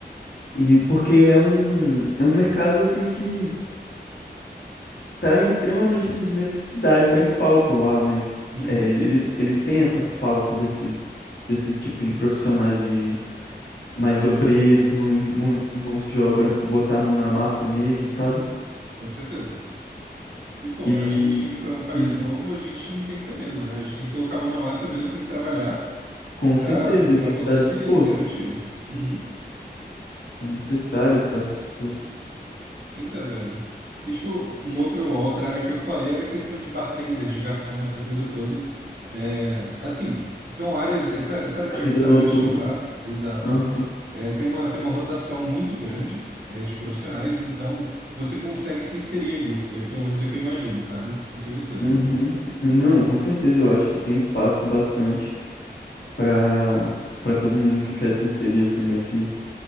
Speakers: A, on the left; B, on the right.
A: E porque é um, é um mercado assim que tá em extremamente necessidade, tá em falta lá, né?
B: Uhum,
A: É, eles, eles têm essa falta desses, desses tipos de profissionais de mais obreiros, mão- mão- mãos de obra, botar a mão na massa mesmo, sabe?
B: com certeza. E, pô,
A: E
B: a gente indo para um país
A: hum,
B: novo, a gente não tem que ter medo, né? A gente tem que colocar a mão na massa mesmo, tem que trabalhar
A: com
B: para
A: certeza ele
B: para
A: tem
B: poder
A: que estar disposto.
B: se, se garantir. Uhum.
A: É necessário estar disposto
B: Pois é, velho. E, tipo, um outro, outra área que eu falei era a questão de bartenders, de garçom, essa coisa toda. É, assim, são áreas, essa, essa área
A: na
B: de restaurante,
A: vida noturna.
B: de bar, exato.
A: Aham.
B: É, tem uma, tem uma rotação muito grande, né, de profissionais, então você consegue se inserir ali. É, pelo menos é o que eu imagino, sabe? Não sei você.
A: Uhum. Não, com certeza eu acho que tem espaço bastante para para todo mundo que quer se inserir assim nesse